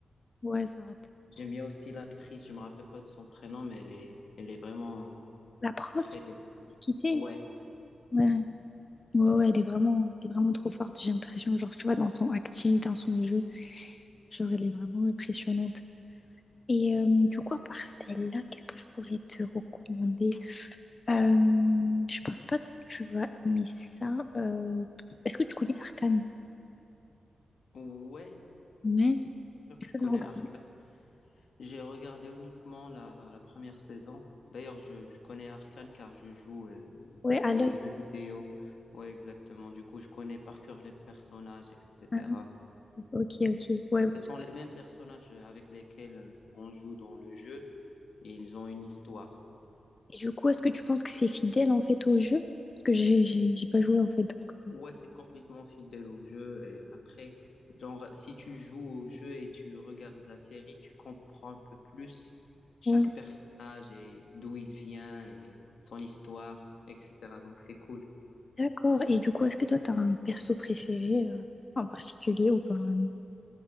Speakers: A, on the left; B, on the left.
A: Ouais, ça va. t-
B: J'aime bien aussi l'actrice. Je me rappelle pas de son prénom, mais elle est elle est vraiment
A: La prof,
B: très
A: se quitter.
B: ouais
A: Ouais. Ouais, ouais, elle est vraiment, elle est vraiment trop forte, j'ai l'impression. Genre, tu vois, dans son acting, dans son jeu, genre, elle est vraiment impressionnante. Et euh, du coup, à part celle-là, qu'est-ce que je pourrais te recommander? Euh, je pense pas que tu vas aimer ça. Euh, Est-ce que tu connais Arcane?
B: ouais.
A: Ouais.
B: Donc,
A: Est-ce
B: je
A: que
B: connais
A: tu regardes?
B: Arca. J'ai regardé uniquement la, la première saison. D'ailleurs, je, je connais Arcane car je joue euh,
A: Ouais, à
B: aux
A: l'œil.
B: jeux vidéo. Oui, exactement. Du coup, je connais par cœur les personnages, etc.
A: Ah, ok, ok. Ouais.
B: Ce sont les mêmes personnages avec lesquels euh, on joue dans le jeu et ils ont une histoire.
A: Et du coup, est-ce que tu penses que c'est fidèle en fait au jeu? Parce que j'ai j'ai j'ai pas joué en fait. donc, euh,
B: Ouais, c'est complètement fidèle au jeu. Et après, genre, si tu joues au jeu et tu regardes la série, tu comprends un peu plus chaque
A: Ouais.
B: personnage et d'où il vient et son histoire, etc. Donc, c'est cool.
A: D'accord. Et du coup, est-ce que toi, t'as un perso préféré euh, en particulier ou pas vraiment?